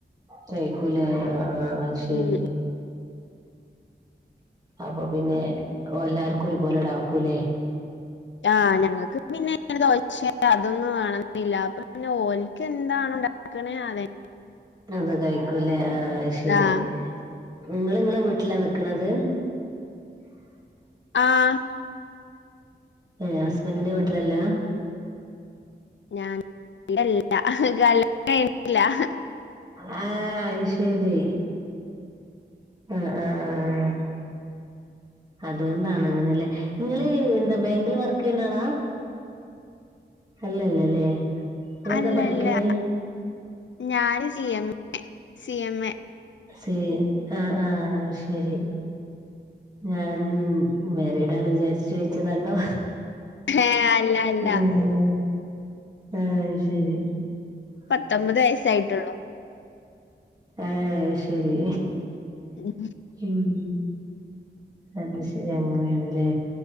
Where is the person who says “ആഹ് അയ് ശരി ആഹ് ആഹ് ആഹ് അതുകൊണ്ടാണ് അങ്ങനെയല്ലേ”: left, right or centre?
Right